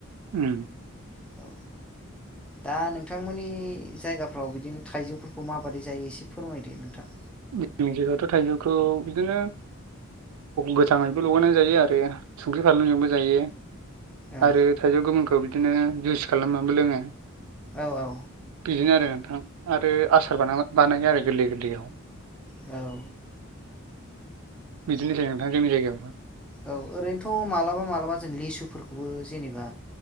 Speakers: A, on the right (about 85°); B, in the centre.
A: उम
B: औ दा नोंथांमोननि जायगाफ्राव बिदिनो थाइजौफोरखौ माबायदि जायो एसे फोरमायदो नोंथां।
A: जोंनि जायगायावथ' थाइजौखौ बिदिनो गोथाङैबो लगायनाय जायो आरो संख्रि फानलुजोंबो जायो
B: औ
A: आरो थाइजौ गुबुनखौ बिदिनो जुइस खालामनानैबो लोङो।
B: औ औ
A: बिदिनो आरो नोंथां आरो आसार बो बानाय आरो गोरलै गोरलैयाव
B: औ
A: बिदिनोसै नोंथां जोंनि जायगायावबो
B: औ ओरैनोथ' मालाबा मालाबा जों लिसुफोरखौ जेनेबा